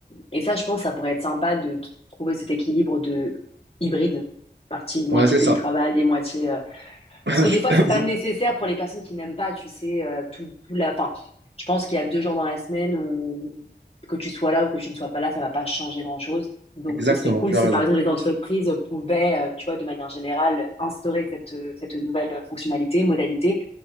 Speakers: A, on the left; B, on the right.
A: et ça, je pense, ça pourrait être sympa de t- trouver cet équilibre de hybride, partie moitié
B: Ouais, c'est
A: télétravail
B: ça.
A: et moitié euh,
B: <laughs>
A: parce que des
B: Je-
A: fois,
B: <coughs>
A: c'est pas nécessaire pour les personnes qui n'aiment pas, tu sais, euh, tout, tout la... Enfin, je pense qu'il y a deux jours dans la semaine où que tu sois là ou que tu ne sois pas là, ça va pas changer grand-chose. Donc,
B: Exactement,
A: ce serait cool
B: tu
A: si,
B: as raison.
A: par exemple, les entreprises pouvaient, euh, tu vois, de manière générale, instaurer cette, euh, cette nouvelle euh, fonctionnalité, modalité.